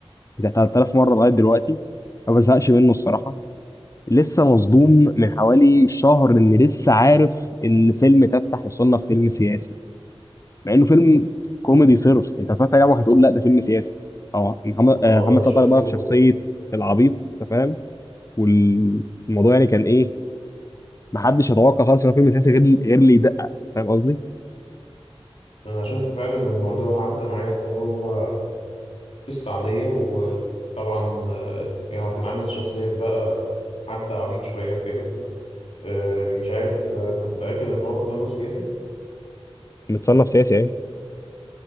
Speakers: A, on the left; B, on the left.
A: بتاع 3000 مره لغايه دلوقتي ما بزهقش منه الصراحه لسه مصدوم من حوالي شهر ان لسه عارف ان فيلم تفتح يصنف فيلم سياسي مع انه فيلم كوميدي صرف انت اتفرجت عليه عمرك هتقول لا ده فيلم سياسي اه محمد
B: انا
A: آه،
B: اه
A: محمد
B: انا
A: سعد
B: شفته
A: طالع بقى في شخصيه العبيط انت فاهم والموضوع يعني كان ايه ما حدش يتوقع خالص ان هو فيلم سياسي غير غير اللي يدقق فاهم قصدي؟
B: انا شفته فعلا والموضوع عدى معايا ان هو قصه عاديه وطبعا آه، يعني هو كان عامل شخصيه بقى حد عبيط شويه وكده آه، مش عارف آه، انت متاكد ان هو متصنف سياسي
A: متصنف سياسي يعني